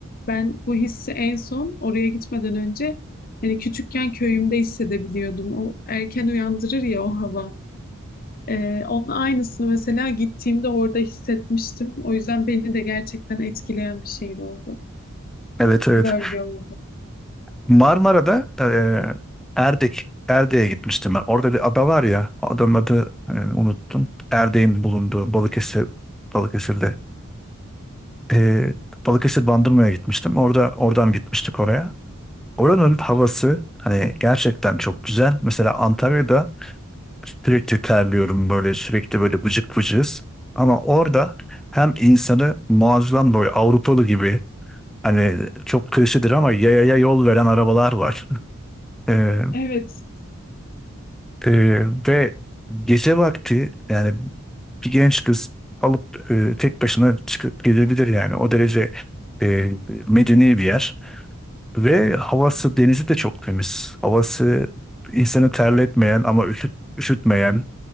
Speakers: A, on the left; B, in the centre.
A: Ben bu hissi en son oraya gitmeden önce yani küçükken köyümde hissedebiliyordum. O erken uyandırır ya o hava. Ee, onun aynısını mesela gittiğimde orada hissetmiştim. O yüzden beni de gerçekten etkileyen bir şehir oldu.
B: Evet evet.
A: Bölge oldu.
B: Marmara'da e, Erdek, Erdek'e gitmiştim ben. Orada bir ada var ya, adanın adı e, unuttum. Erdek'in bulunduğu Balıkesir, Balıkesir'de. E, Balıkesir Bandırma'ya gitmiştim. Orada oradan gitmiştik oraya. Oranın havası hani gerçekten çok güzel. Mesela Antalya'da sürekli terliyorum böyle sürekli böyle vıcık vıcız. Ama orada hem insanı muazzam böyle Avrupalı gibi hani çok klişedir ama yayaya yol veren arabalar var. <laughs> Ee,
A: Evet,
B: e, ve gece vakti yani bir genç kız alıp e, tek başına çıkıp gidebilir yani. O derece e, medeni bir yer. Ve havası, denizi de çok temiz. Havası insanı terletmeyen ama üşüt, üşütmeyen.